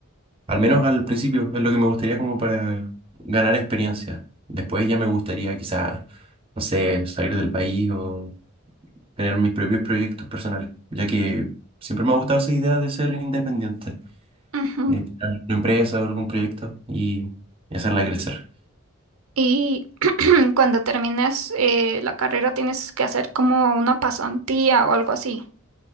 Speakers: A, on the right; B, on the right.
A: Al menos al principio es lo que me gustaría como para ganar experiencia. Después ya me gustaría quizás, no sé, salir del país o tener mis propios proyectos personales, ya que siempre me ha gustado esa idea de ser independiente,
B: ujú.
A: eh, tener una empresa o algún proyecto y, y hacerla crecer.
B: Y <clears throat> cuando termines eh, la carrera tienes que hacer como una pasantía o algo así.